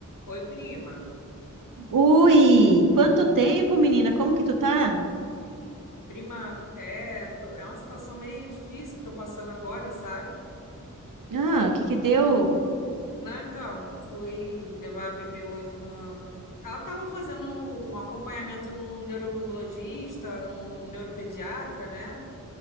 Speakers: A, on the left; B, on the right.
A: Oi, prima.
B: Ui, quanto tempo, menina? Como que tu tá?
A: Prima, é, tô- é uma situação meio difícil que tô passando agora, sabe?
B: Ah, o que que deu?
A: Não, então, fui levar a bebê hoje no. Ela estava fazendo um acompanhamento no neurologista, no neuropediatra, né?